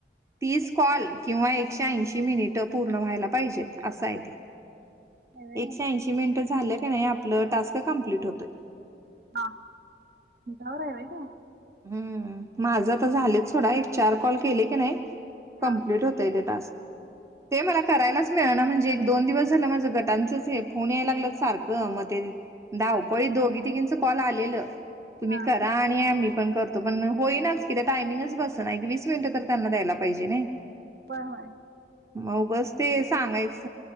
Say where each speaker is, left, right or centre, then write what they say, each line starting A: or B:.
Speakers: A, on the right; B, on the right.
A: तीस कॉल किंवा एकशे ऐंशी मिनिट पूर्ण व्हायला पाहिजेत असं आहे ते.
B: होय व्हय.
A: एकशे ऐशी मिनट झालं की नाही आपलं टास्क कमप्लीट होतोय.
B: हा हार आहेेत.
A: हम्म, माझं तर झालंच सोडा, एक चार कॉल केले की नाही.
B: हा
A: कम्पलीट होतय ते टास्क, ते मला करायलाच मिळाना, म्हणजे दोन दिवस झालं माझं गटांचच हे, फोन यायला लागला सारखं, मग ते धावपळीत दोघी तिघींच कॉल आलेलं, तुम्ही
B: हा
A: करा आणि आम्ही पण करतो, पण होईनाच की टायमिंगच बस ना, एक वीस मिनिटं तर त्यांना द्यायला पाहिजे नाही.
B: बर बर
A: म उगच ते सांगायच.